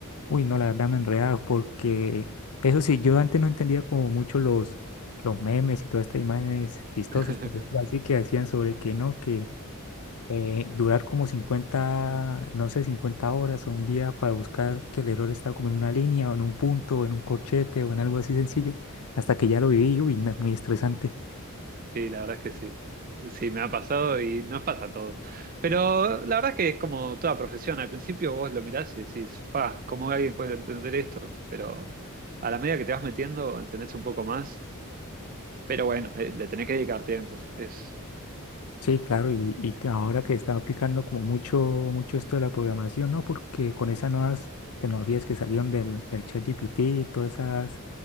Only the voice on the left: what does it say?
uy, no, la verdad me enredaba porque, eso sí, yo antes no entendía como mucho los, los memes y todas estas imágenes chistosas,
por decirlo así, que hacían sobre que no, que eh, durar como 50 no sé, 50 horas o un día para buscar que el error está como en una línea o en un punto o en un corchete o en algo así sencillo, hasta que ya lo viví, uy, no, es muy estresante.
Sí, claro, y, y que ahora que está aplicando como mucho, mucho esto de la programación, ¿no? Porque con esas nuevas tecnologías que salieron del, del ChatGPT y todas esas